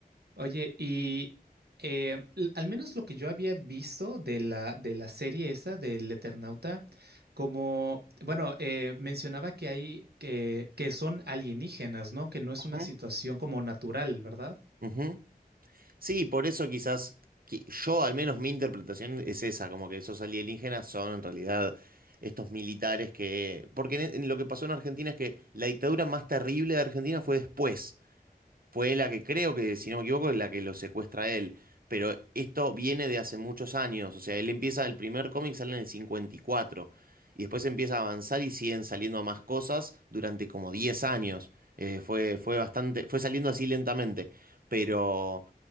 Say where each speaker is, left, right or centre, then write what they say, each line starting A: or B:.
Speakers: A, on the right; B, on the right.
A: Oye, y eh, l- al menos lo que yo había visto de la, de la serie esa del Eternauta, como, bueno, eh, mencionaba que hay, que, que son alienígenas, ¿no? Que no es una
B: Ujú,
A: situación como natural, ¿verdad?
B: ujú. Sí, por eso quizás que- yo, al menos mi interpretación es esa, como que esos alienígenas son en realidad estos militares que... Porque en- en lo que pasó en Argentina es que la dictadura más terrible de Argentina fue después. fue la que creo que, si no me equivoco, es la que lo secuestra a él. Pero esto viene de hace muchos años. O sea, él empieza, el primer cómic sale en el 54. Y cuatro. Y después empieza a avanzar y siguen saliendo más cosas durante como 10 años. Eh, fue, fue bastante, fue saliendo así lentamente. Pero,